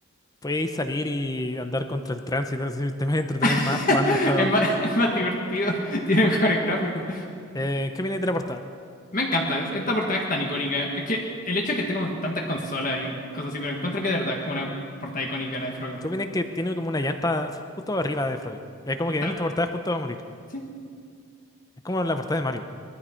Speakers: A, on the left; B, on the left.
A: puedes salir y andar contra el tránsito. <laughs> Si te vas a entretener
B: <laughs>
A: más jugando esta.
B: Es más, es más divertido, <laughs> tiene mejores gráficos.
A: Eh, ¿qué viene de la portada?
B: Me encanta, es- esta portada es tan icónica. Es que el hecho de que esté como en tantas consolas y cosas así, pero encuentro que de verdad es como una portada icónica la de Frogger.
A: ¿Qué viene que tiene como una llanta justo arriba de Frogger? Es como
B: Está,
A: que en esta portada juntos va a morir.
B: sí.
A: Es como la portada de Mario.